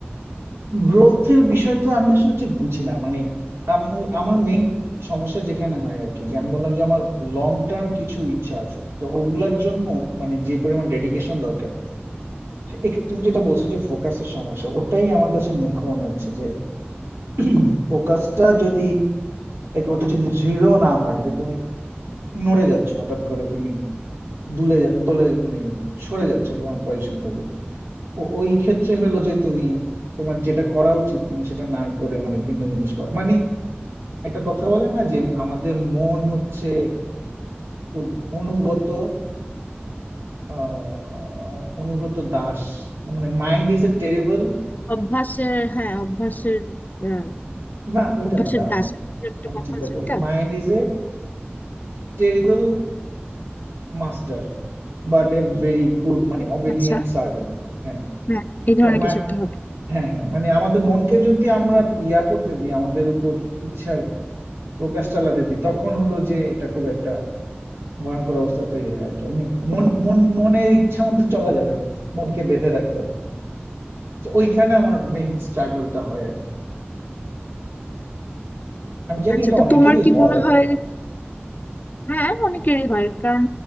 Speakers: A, on the right; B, on the left.
A: গ্রোথের বিষয়টা আমি আসলে ঠিক বুঝি না মানে আমি ওই- আমার মেইন সমস্যা যেখানে হয় আর কি যে আমি বললাম যে আমার লং টার্ম কিছু ইচ্ছা আছে তো ওগুলার জন্য মানে যে পরিমাণ ডেডিকেশন দরকার এক- তুমি যেটা বলছো যে ফোকাসের সমস্যা ওটাই আমার কাছে মুখ্য মনে হচ্ছে যে <clears throat> ফোকাসটা যদি like ওটা যদি দৃঢ় না হয় যে তুমি নড়ে যাচ্ছ হঠাৎ করে তুমি দুলে যা- দোলে মানে সরে যাচ্ছ তোমার পজিশন থেকে ও- ওই ক্ষেত্রে হলো যে তুমি তোমার যেটা করা উচিত তুমি সেটা না করে মানে ভিন্ন জিনিস করো মানে একটা কথা বলে না যে আমাদের মন হচ্ছে খুব অনুগত আহ অনুগত দাস মানে মাইন্ড ইজ এ টেরিবল
B: অভ্যাসের হ্যাঁ অভ্যাসের আহ,
A: না ওইটা
B: অভ্যাসের
A: না দাঁড়ান
B: দাস একটা
A: আমি
B: কথা
A: চিন্তা
B: আছে
A: করি
B: এটা
A: mind is a terrible master but a very good মানে অবিডিয়েন্ট
B: আচ্ছা
A: সার্ভেন্ট হ্যাঁ
B: হ্যাঁ এই
A: তো
B: ধরনের
A: মা-
B: কিছু একটা হবে
A: হ্যাঁ হ্যাঁ মানে আমাদের মনকে যদি আমরা ইয়া করতে দিই আমাদের উপর ইচ্ছার প্রকাশ চালাতে দিই তখন হলো যে এটা খুব একটা ভয়ঙ্কর অবস্থা তৈরি হয় আর কি এমনি মন মন মনের ইচ্ছা মতো চলা যাবে না মনকে বেঁধে রাখতে হবে তো ওইখানে আমার মেইন স্ট্রাগলটা হয় আর কি আমি জানি
B: আচ্ছা
A: এটা
B: তো
A: অনেকেরই
B: তোমার কি
A: হয়
B: মনে হয় হ্যাঁ অনেকেরই হয় কারণ